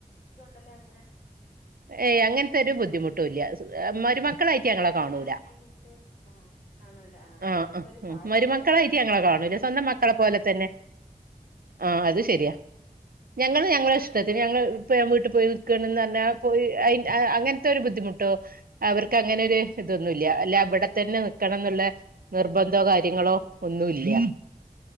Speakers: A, on the left (about 75°); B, on the right (about 80°).
A: ക്കൊണ്ടല്ലോ ഇങ്ങനെ
B: ഏയ് അങ്ങനത്തെ ഒരു ബുദ്ധിമുട്ടുല്ല്യാ അഹ് ഒരു മ ക്കളായിട്ട് ഞങ്ങളെ
A: കല്യാണം
B: കാണൂല്ല
A: കഴിഞ്ഞിട്ട് ആ കാണൂല ആ
B: ആഹ്
A: അതൊക്കെ
B: അഹ്
A: ഒരു ഭാഗ്യമാണ്
B: മരുമക്കളായിട്ട് ഞങ്ങളെ കാ ണും സ്വന്തം മക്കളെ പോലെ തന്നെ ആഹ് അത് ശരിയാ ഞങ്ങള് ഞങ്ങള ഇഷ്ടത്തിന്
A: അതൊക്കെ
B: ഞങ്ങള്
A: ഒരു
B: ഇപ്പഞാൻ വീട്ടി പോയി നിക്കാണെന്ന് പറഞ്ഞ പോയി അയ്ന്റ് അഹ് അങ്ങനത്തൊരു ബുദ്ധിമുട്ടോ അവർക്ക് അങ്ങനെ ഒരു ഇതൊന്നുവില്ല ഇല്ല ഇവിടെത്തന്നെ നി ക്കണോന്നിള്ള നിർബന്ധോ കാര്യങ്ങളോ ഒന്നു ഇല്ല